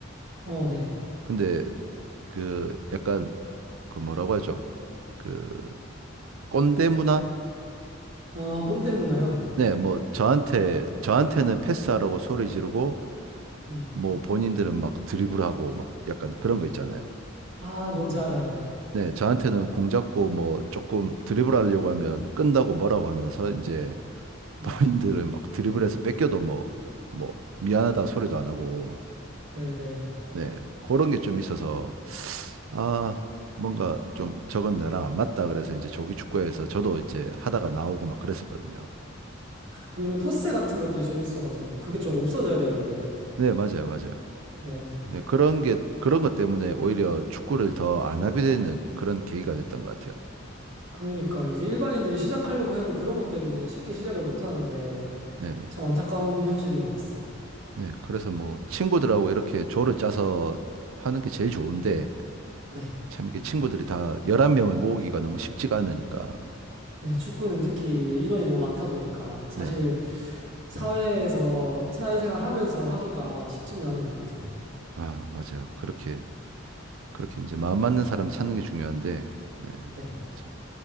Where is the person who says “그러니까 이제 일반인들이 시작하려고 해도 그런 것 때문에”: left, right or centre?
Right